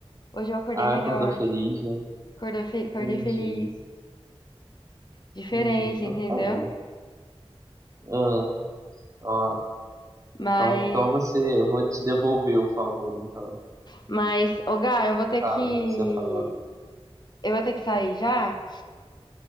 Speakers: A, on the left; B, on the right.
A: hoje eu acordei
B: Ah,
A: melhor,
B: acordou feliz, né?
A: acordei, fe- acordei
B: Entendi,
A: feliz, diferente,
B: entendi. Então
A: entendeu?
B: tá bom. Ah, ó,
A: Mas,
B: então, então você, eu vou te devolver o favor, então.
A: mas, ô Gá, eu vou ter
B: Fala,
A: que,
B: o que você falar.
A: eu vou ter que sair já,